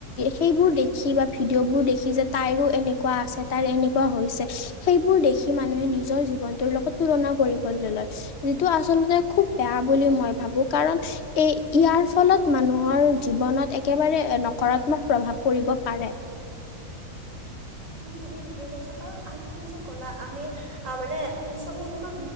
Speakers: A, on the left (about 45°); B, on the right (about 50°).
A: সেইবোৰ দেখি বা ভিডিঅ' বোৰ দেখি যে তাইৰো এনেকুৱা আছে তাৰ এনেকুৱা হৈছে সেইবোৰ দেখি মানুহে নিজৰ জীৱনটোৰ লগত তুলনা কৰিবলৈ লয় যিটো আচলতে খুব বেয়া কাম বুলি মই ভাবো কাৰণ এই ইয়াৰ ফলত মানুহৰ জীৱনত একেবাৰে নকৰা। এইবিলাক প্ৰভাৱ পৰিব পাৰে।
B: তুমি ঠিকে কৈছা কাৰণ আৰু তুমি যে কলা আমি অহ মানে উম চবে এনেকৈ